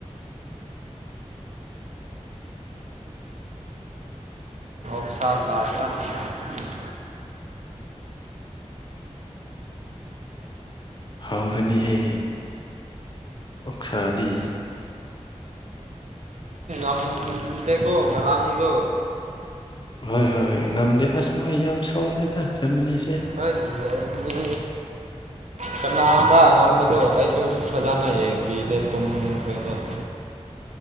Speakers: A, on the right; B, on the left.
A: ꯁꯥꯔꯒ
B: ꯍꯥꯎꯔꯅꯤꯍꯦ ꯑꯣꯛꯁꯥꯗꯤ
A: ꯑꯝ ꯇꯀꯣ ꯉꯔꯥꯡꯗ
B: ꯍꯣꯏ ꯍꯣꯏ ꯍꯣꯏ ꯉꯝꯗꯦ ꯑꯁ ꯃꯣꯏ ꯌꯥꯝ ꯁꯣꯜꯂꯦꯗ ꯖꯔꯃꯅꯤ
A: ꯍ ꯔꯗꯤ ꯀꯅꯥꯕꯥ ꯉꯝꯕꯗꯨꯣ ꯑꯩꯁꯨ ꯐꯖꯅ ꯌꯦꯡꯕꯤꯗꯦ ꯇꯨꯝꯈ꯭ꯔꯦꯅꯦ <inaudible>